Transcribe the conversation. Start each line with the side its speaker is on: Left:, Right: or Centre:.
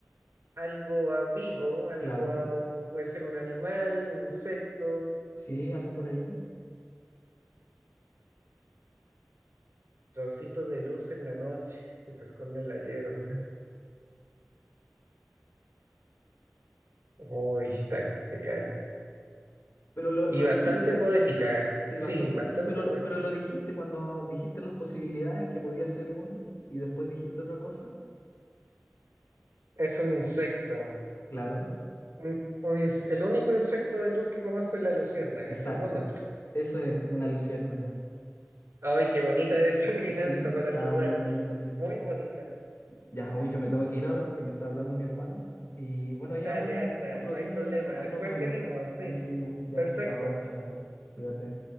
Right: algo ah, vivo, algo,
Left: Claro,
Right: ah, puede ser un animal, un insecto
Left: sí, algo por ahí.
Right: Trocito de luz en la noche que se esconde en la hierba. Uy, está complicada.
Left: Pero lo,
Right: Y
Left: lo
Right: bastante
Left: dijiste,
Right: poética,
Left: sí,
Right: sí,
Left: bastante,
Right: bastante
Left: po- pero lo,
Right: poética.
Left: pero lo dijiste cuando dijiste las posibilidades que podía ser un y después dijiste otra cosa.
Right: Es un insecto.
Left: Claro,
Right: un- un ins- el único insecto de luz que conozco es la luciérnaga,
Left: exacto.
Right: ningún otro.
Left: Eso es una luciérnaga.
Right: Ay, qué bonita esa <laughs> adivinanza
Left: Sí, <laughs>
Right: para
Left: estaba
Right: cerrar.
Left: muy bonita, sí.
Right: Muy bonita.
Left: Ya, hoy yo me tengo que ir ahora porque me está hablando mi hermano. Y bueno,
Right: Dale,
Left: ahí hablamos
Right: anda,
Left: otro
Right: no
Left: día,
Right: hay problema.
Left: ahí, no-
Right: Después
Left: ahí nos vemos.
Right: seguimos, sí.
Left: Ahí seguimos. Ya,
Right: Perfecto.
Left: chao, chao. Cuídate.